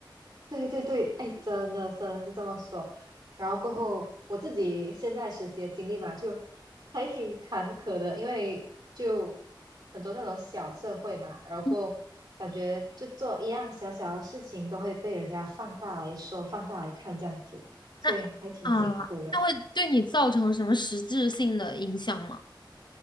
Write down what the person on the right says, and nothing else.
对对对，哎，真的真的是这么说。然后过后，我自己现在实习的经历嘛，就还挺坎坷的，因为就很多那种小社会嘛，然后过后感觉就做一样小小的事情都会被人家放大来说、
放大来看这样子，所以还挺辛苦的。